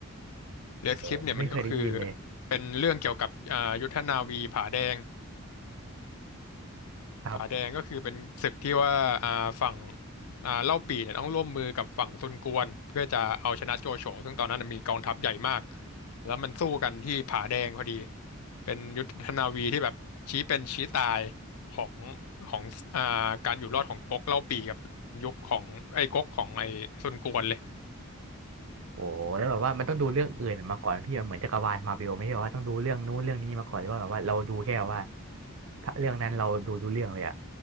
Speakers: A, on the left; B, on the right.
A: Red
B: โอ้ไม่เคยได้ยินเลย
A: Cliff เนี่ยมันก็คือเป็นเรื่องเกี่ยวกับอ่ายุทธนาวีผาแดง
B: ครับ
A: ผาแดงก็คือเป็นศึกที่ว่าอ่าฝั่งอ่าเล่าปี่เนี่ยต้องร่วมมือกับฝั่งซุนกวนเพื่อจะเอาชนะโจโฉซึ่งตอนนั้นมีกองทัพใหญ่มากแล้วมันสู้กันที่ผาแดงพอดีเป็นยุทธนาวีที่แบบชี้เป็นชี้ตายของของอ่าการอยู่รอดของก๊กเล่าปี่กับยุคของไอ้ก๊กของไอ้ซุนกวนเลย
B: โอ้แล้วแบบว่ามันต้องดูเรื่องอื่นมาก่อนพี่มันเหมือนจักรวาลมาร์เวลไม่ใช่ว่าต้องดูเรื่องนู้นเรื่องนี้มาก่อนหรือว่าแบบว่าเราดูแค่ว่าถ้าเรื่องนั้นเราดูดูเรื่องเลยอ่ะ